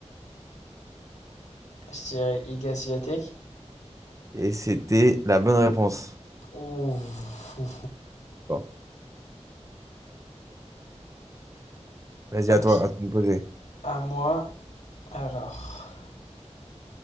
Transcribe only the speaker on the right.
Et c'était la bonne réponse.
Bon. Vas-y,
à toi, à toi de me poser.